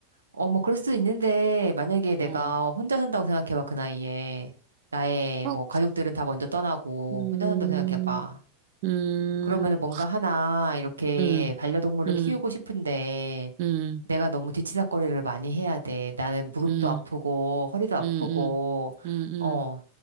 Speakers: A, on the right; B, on the right.
A: 어, 뭐, 그럴 수도 있는데, 만약에 내가
B: 어,
A: 혼자 산다고 생각해봐, 그 나이에. 나의,
B: 어,
A: 뭐, 가족들은 다 먼저 떠나고,
B: 음,
A: 혼자 산다고 생각해봐.
B: 음,
A: 그러면은 뭔가 하나, 이렇게
B: 음,
A: 반려동물을
B: 음,
A: 키우고 싶은데,
B: 음,
A: 내가 너무 뒤치다꺼리를 많이 해야 돼. 나는 무릎도
B: 음.
A: 아프고, 허리도 아프고,
B: 음, 음, 음,
A: 어,